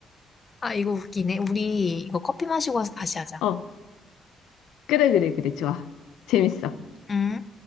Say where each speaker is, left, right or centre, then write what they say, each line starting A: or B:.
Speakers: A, on the left (about 30°); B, on the left (about 85°).
A: 아, 이거 웃기네. 우리 이거 커피 마시고 와서 다시 하자.
B: 어, 그래, 그래, 그래. 좋아. 재밌어.
A: 음.